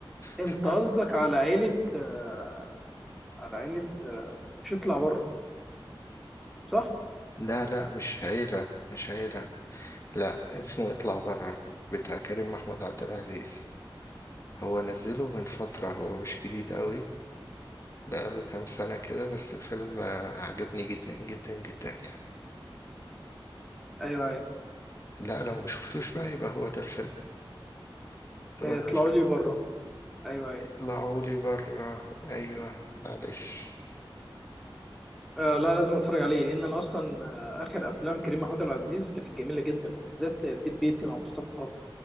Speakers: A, in the centre; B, on the left (about 35°).
A: انت
B: ف...
A: قصدك على عيله آه على عيله آه مش يطلع بره صح
B: لا لا مش عيلة مش عيلة لا اسمه اطلع برا بتاع كريم محمود عبد العزيز هو نزله من فترة هو مش جديد قوي بقاله كام سنة كده بس الفيلم آه، عجبني جدا جدا جدا يعني
A: ايوه ايوه
B: لا لو مشفتوش بقى يبقى هو ده الفيلم
A: آه،
B: هو ده
A: اطلعوا
B: الفيلم
A: لي بره ايوه ايولا
B: اطلعولي برا ايوه معلش
A: آه لا لازم اتفرج عليه لان أنا اصلا آه اخر افلام كريم محمود عبد العزيز كانت جميله جدا وبالذات البيت بيتي مع مصطفى خاطر